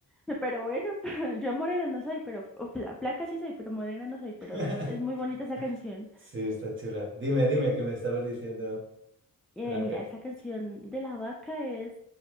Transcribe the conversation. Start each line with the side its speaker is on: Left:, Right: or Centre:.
Centre: <laughs> Pero bueno, <laughs> yo morena no soy, pero o fla- flaca sí soy, pero morena no soy. Pero
Right: <laughs>
Centre: es, es muy bonita esa canción.
Right: Sí, está chula. Dime, dime, ¿qué me estabas diciendo?
Centre: Eh,
Right: La
Centre: mira,
Right: que-
Centre: esta canción de la vaca es,